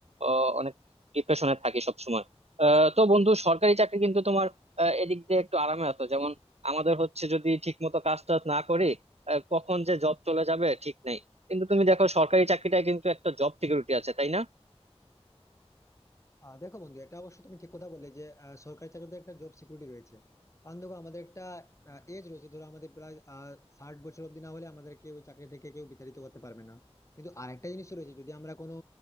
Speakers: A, on the right (about 75°); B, on the left (about 30°).
A: আহ, অনেক ডিপ্রেশনে থাকি সবসময় আহ, তো বন্ধু সরকারি চাকরি কিন্তু তোমার আহ, এদিক দিয়ে একটু আরামে আছো যেমন আমাদের হচ্ছে যদি ঠিক মতো কাজ টাজ না করি আহ, কখন যে জব চলে যাবে ঠিক নেই কিন্তু তুমি দেখো সরকারি চাকরিটায় কিন্তু একটা জব সিকিউরিটি আছে তাই না
B: আহ দেখো বন্ধু এটা অবশ্য তুমি ঠিক কথা বললে যে আহ, সরকারি চাকরিতে একটা জব সিকিউরিটি রয়েছে কারণ দেখো আমাদের একটা এজ রয়েছে ধরো আমাদের প্রায় আহ, ষাট বছর অব্দি না হলে আমাদেরকে ওই চাকরি থেকে কেউ বিতাড়িত করতে পারবে না কিন্তু আরেকটা জিনিস রয়েছে যদি আমরা কোনো